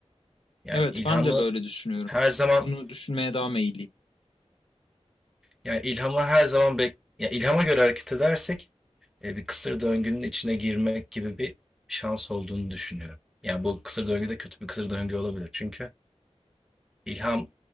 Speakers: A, in the centre; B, on the left.
A: Yani
B: Evet,
A: ilhamı
B: ben de böyle düşünüyorum.
A: her zaman
B: Bunu düşünmeye daha meyilliyim.
A: yani ilhamı her zaman bek ya ilhama göre hareket edersek Eee, bir kısır döngünün içine girmek gibi bir şans olduğunu düşünüyorum. Yani, bu kısır döngü de kötü bir kısır döngü olabilir. Çünkü ilham